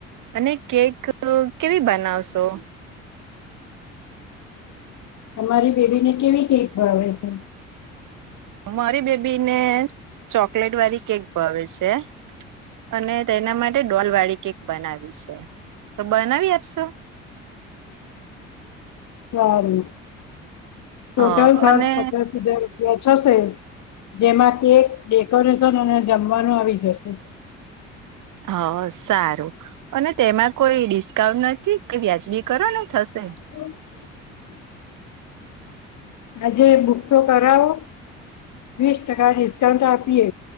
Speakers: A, on the right; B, on the left.
A: અને કેક કેવી બનાવશો?
B: તમારી બેબીને કેવી કેક ભાવે છે?
A: મારી બેબી ને ચોકલેટ વાળી કેક ભાવે છે. અને તેના માટે ડોલ વાળી કેક બનાવી છે તો બનાવી આપશો?
B: સારું. ટોટલ
A: હ
B: ખર્ચ
A: અને
B: પચાસ હજાર થશે. જેમાં કેક, ડેકોરેશન અને જમવાનું આવી જશે.
A: હ સારું. અને તેમાં કોઈ ડિસ્કાઉન્ટ નથી કે વ્યાજબી કરો ને થશે?
B: હ આજે બુક કરાવો. વીસ ટકા ડિસ્કાઉન્ટ આપીએ